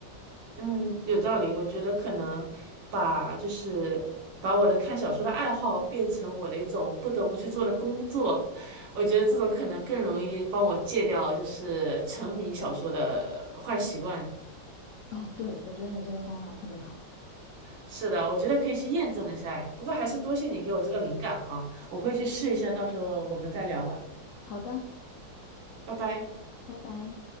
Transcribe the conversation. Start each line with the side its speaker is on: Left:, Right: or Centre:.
Right: 嗯，有道理。我觉得可能把就是把我的看小说的爱好变成我的一种不得不去做的工作，我觉得这种可能更容易帮我戒掉就是沉迷小说的坏习惯。
Left: 哦，对，我觉得你这个方法特别好。
Right: 是的，我觉得可以去验证一下哎。不过还是多谢你给我这个灵感哈，我会去试一下，到时候我们再聊吧。
Left: 好的，
Right: 拜拜。
Left: 拜拜。